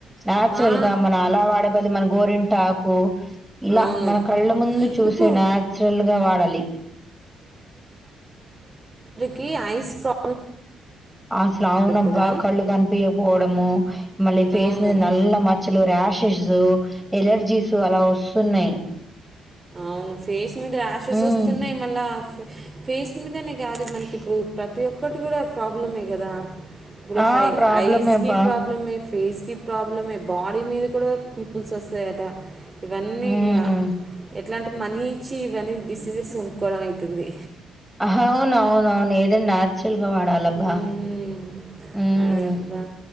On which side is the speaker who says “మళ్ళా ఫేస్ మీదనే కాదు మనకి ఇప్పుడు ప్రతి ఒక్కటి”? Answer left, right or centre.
Right